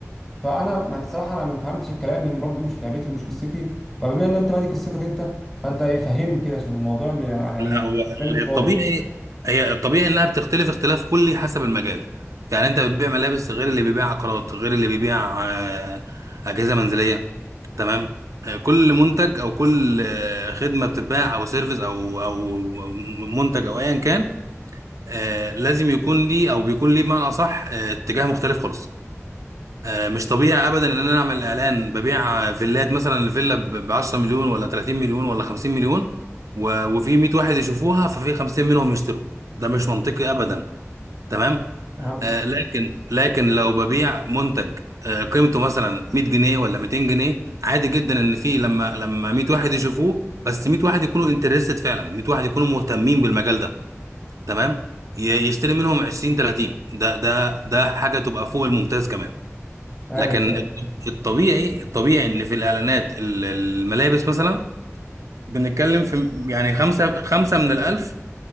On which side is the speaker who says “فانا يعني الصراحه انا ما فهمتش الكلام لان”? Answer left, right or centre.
Centre